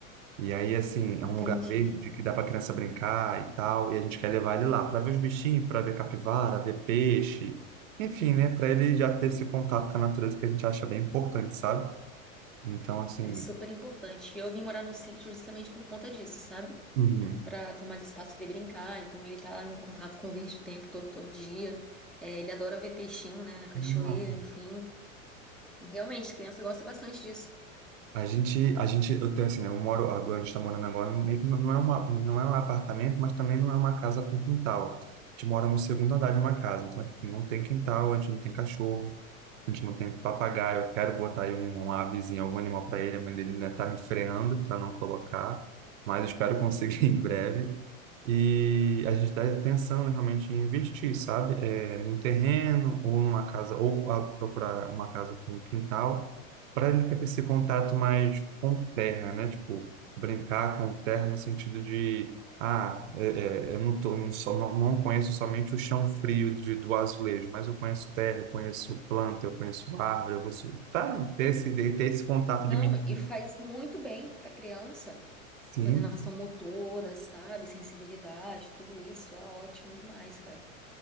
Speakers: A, on the right; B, in the centre.
A: E aí, assim, é
B: entendi.
A: um lugar verde que dá para criança brincar e tal, e a gente quer levar ele lá para ver os bichinhos, para ver capivara, ver peixe, enfim, né, para ele já ter esse contato com a natureza que a gente acha bem importante, sabe? Então, assim,
B: É super importante. Eu vim morar no sítio justamente por conta disso, sabe?
A: uhum.
B: Pra ter mais espaço pra ele brincar. Então ele tá em contato com o verde o tempo todo, todo dia. É, ele adora ver peixinho, né, na cachoeira,
A: Não.
B: enfim. E realmente, criança gosta bastante disso.
A: A gente, a gente, eu tenho assim, né, eu moro agora, a gente está morando agora, meio que não não é uma, não é um apartamento, mas também não é uma casa com quintal. A gente mora no segundo andar de uma casa, então tipo, não tem quintal, a gente não tem cachorro. A gente não tem papagaio. Eu quero botar aí um, uma avezinha, algum animal para ele. A mãe dele ainda tá me freando para não colocar, mas eu espero conseguir <laughs> em breve. E a gente está pensando realmente em investir, sabe? É, num terreno ou numa casa, ou a- procurar uma casa com um quintal, para ele ter esse contato mais com terra, né? Tipo, brincar com terra no sentido de. Ah, é, é, eu não, tô, não, só, não, não conheço somente o chão frio de, do azulejo, mas eu conheço terra, eu conheço planta, eu conheço árvore, eu vou, su- sabe? Ter esse, de- ter esse contato
B: Não,
A: de mim.
B: e faz muito bem pra criança.
A: Sim,
B: Coordenação motora, sabe? Sensibilidade, tudo isso é ótimo demais, cara.